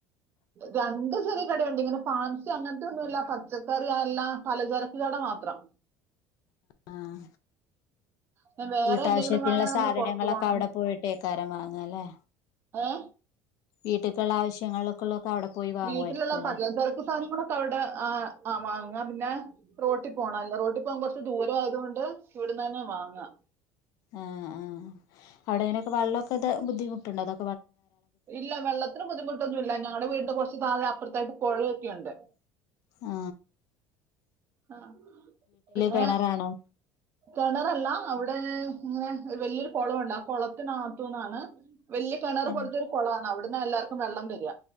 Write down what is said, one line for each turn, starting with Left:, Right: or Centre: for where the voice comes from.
Right: രണ്ട് ചെറിയ കടയുണ്ടങ്കിലും ഫാൻസി അങ്ങൻത്തെന്നും ഇല്ല പച്ചക്കറി എല്ലാ പലചരക്ക് കട മാത്രം
Left: ആഹ്
Right: പിന്നെ വേറെ
Left: വീട്ടാവശ്യത്തിനുള്ള
Right: എന്തെങ്കിലും വാങ്ങണേ നമ്മള്
Left: സാധനങ്ങളൊക്കെ
Right: പുറത്തു പോണം
Left: അവിടെ പോയിട്ടേക്കാരം വാങ്ങല്ലേ
Right: ഏ
Left: വീട്ടിക്കുള്ള ആവശ്യങ്ങൾക്കുള്ളൊക്കെ അവിടെ പോയി വാങ്ങുമായിരിക്കുംല്ലേ
Right: വീട്ടിലുള്ള പല ചരക്ക് സാധനങ്ങളൊക്കെ അവിടെ ആ വാങ്ങ പിന്നെ റോട്ടി പോണ ല്ലേ റോട്ടി പോകാൻ കൊറച്ച് ദൂര ആയത് കൊണ്ട് ഇവിടന്ന് തന്നെ വാങ്ങാ
Left: ആഹ ആഹ അവിടെ എങ്ങനൊക്ക വെള്ളൊക്കെ ബുദ്ധിമുണ്ട് അതൊ
Right: ഇല്ല വെള്ളത്തിന് ബുദ്ധിമുട്ടൊന്നും ഇല്ല ഞങ്ങളുടെ വീടിന്റെ കുറച്ച് തായെ അപ്പുറത്തായിട്ട് കോഴലൊക്കെയുണ്ട്
Left: ആ
Right: ആ പിന്നെ
Left: കിണറാണോ
Right: കിണറല്ല അവിടെ അങ്ങനെ ഒരു വല്യൊരു കുളിമുണ്ട് ആ കുളത്തിനകത്തുന്നാണ് വലിയ കിണർ
Left: ആഹ്
Right: പോലത്തെ ഒരു കുള ആണ് അവി അവിടുന്ന് എല്ലാവർക്കും വെള്ളം തരിക